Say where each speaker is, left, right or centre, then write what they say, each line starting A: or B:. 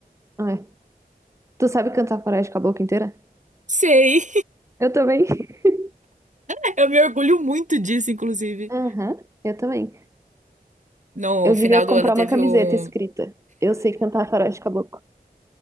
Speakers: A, on the right; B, on the right.
A: Ah, é. Tu sabe cantar Faroeste com a boca inteira?
B: Sei.
A: Eu também. <laughs>
B: <laughs> Eu me orgulho muito disso, inclusive.
A: Aham, eu também.
B: No
A: Eu
B: final
A: devia
B: do
A: comprar
B: ano teve
A: uma camiseta
B: um.
A: escrita. Eu sei cantar Faroeste Caboclo.